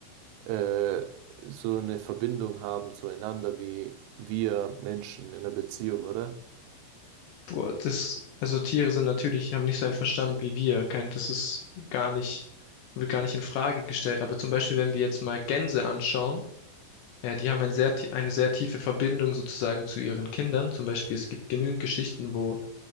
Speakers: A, on the right; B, on the left.
A: äh, so eine Verbindung haben zueinander wie wir Menschen in einer Beziehung, oder?
B: Boah, das, also Tiere sind natürlich, haben nicht so einen Verstand wie wir. Kein, das ist gar nicht, wird gar nicht in Frage gestellt. Aber zum Beispiel, wenn wir jetzt mal Gänse anschauen, äh, die haben ein sehr, ti- eine sehr tiefe Verbindung sozusagen zu ihren Kindern. Zum Beispiel, es gibt genügend Geschichten, wo